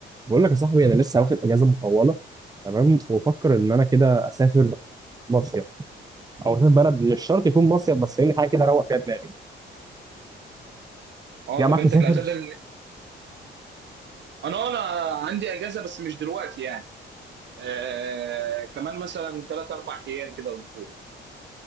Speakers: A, on the right (about 20°); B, on the right (about 65°).
A: بقول لك يا صاحبي انا لسه واخد اجازه مطوله تمام وبفكر ان انا كده اسافر مصيف او اسافر بلد مش شرط يكون مصيف بس يعني حاجه كده اروق فيها دماغي
B: اه
A: جاي معاك
B: طب انت
A: تسافر
B: الاجازه اللي... انا اه، انا عندي اجازه بس مش دلوقتي يعني آه كمان مثلا ثلاث اربع ايام كده اسبوع